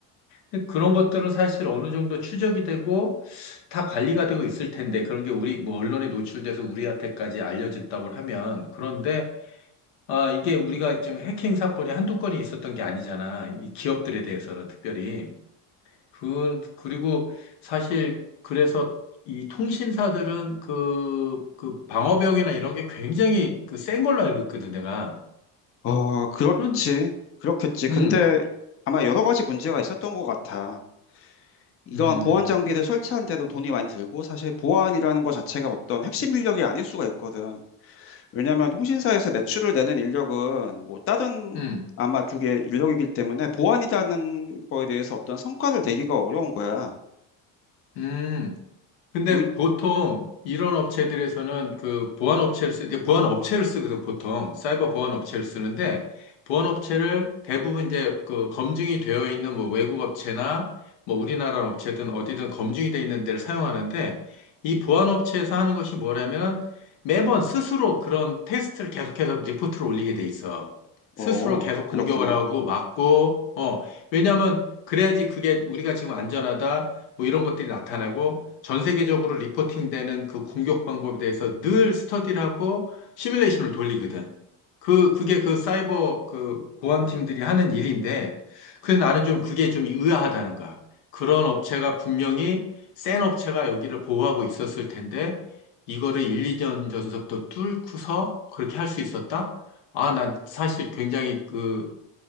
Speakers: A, on the left; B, on the left.
A: 근데 그런 것들은 사실 어느 정도 추적이 되고 다 관리가 되고 있을 텐데 그런 게 우리 뭐 언론에 노출돼서 우리한테까지 알려졌다고 하면 그런데 아 이게 우리가 지금 해킹 사건이 한두 건이 있었던 게 아니잖아. 이 기업들에 대해서는 특별히. 그, 그리고 사실 그래서 이 통신사들은 그, 그 방어병이나 이런 게 굉장히 그 센 걸로 알고 있거든, 내가.
B: 어, 그렇지.
A: 그런,
B: 그렇겠지. 근데
A: 음, 그-
B: 아마 여러 가지 문제가 있었던 것 같아. 이러한
A: 음,
B: 보안 장비를 설치하는데도 돈이 많이 들고 사실 보안이라는 것 자체가 어떤 핵심 인력이 아닐 수가 있거든. 왜냐하면 통신사에서 매출을 내는 인력은 뭐 다른
A: 음,
B: 아마 쪽의 인력이기 때문에 보안이라는 거에 대해서 어떤 성과를 내기가 어려운 거야.
A: 음. 근데
B: 오이-
A: 보통 이런 업체들에서는 그 보안 업체를 쓰, 이제 보안 업체를 쓰거든, 보통. 사이버 보안 업체를 쓰는데, 보안 업체를 대부분 이제 그 검증이 되어 있는 뭐 외국 업체나 뭐 우리나라 업체든 어디든 검증이 되어 있는 데를 사용하는데, 이 보안 업체에서 하는 것이 뭐냐면, 매번 스스로 그런 테스트를 계속해서 리포트를 올리게 돼 있어. 스스로
B: 어,
A: 계속
B: 그렇구나.
A: 공격을 하고 막고, 어, 왜냐면 그래야지 그게 우리가 지금 안전하다, 뭐 이런 것들이 나타나고, 전 세계적으로 리포팅되는 그 공격 방법에 대해서 늘 스터디를 하고 시뮬레이션을 돌리거든. 그, 그게 그 사이버 그 보안팀들이 하는 일인데, 그래서 나는 좀 그게 좀 의아하다는 거야. 그런 업체가 분명히 센 업체가 여기를 보호하고 있었을 텐데, 이거를 1, 2년 전서부터 뚫고서 그렇게 할 수 있었다? 아, 난 사실 굉장히 그